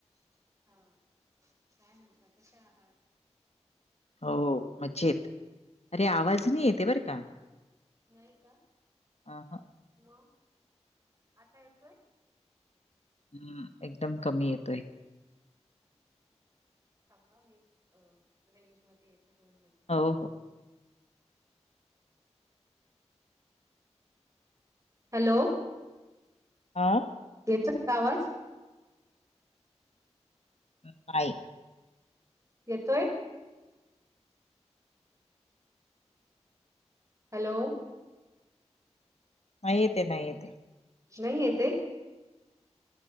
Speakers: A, on the right; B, on the left.
A: हा, काय म्हणता कश्या आहात?
B: हो मज्जेत, अरे आवाज नाही येते बरं का.
A: नाही का.
B: अ ह
A: मग आता येतोय?
B: हम्म, एकदम कमी येतोय
A: थांबा, मी रेंज मध्ये येते दोन मिनटं
B: हो, हो.
A: हॅलो
B: हां
A: याचा का आवाज?
B: नाई
A: येतोय हॅलो
B: नाही येते, नाही येते
A: नई येत ए?